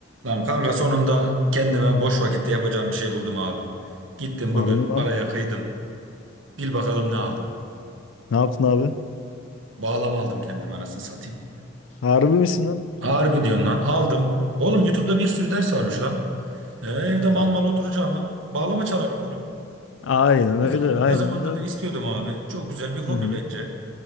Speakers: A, on the right (about 85°); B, on the left (about 90°).
A: Lan kanka sonunda kendime boş vakitte yapacağım bir şey buldum abi. Gittim
B: Harbi
A: bugün
B: mi lan?
A: paraya kıydım. Bil bakalım ne aldım.
B: Ne yaptın abi?
A: Bağlama aldım kendime anasını satayım.
B: Harbi misin lan?
A: Harbi diyorum lan aldım. Oğlum YouTube'da bir sürü ders varmış lan. Ee, evde
B: Ha.
A: mal mal oturacağım oturacağıma bağlama çalarım oğlum.
B: Aynen öyle.
A: Ne zaman
B: Aynen
A: ne zamandır
B: öyle abi.
A: da istiyordum abi. Çok güzel bir hobi
B: Hı hı.
A: bence.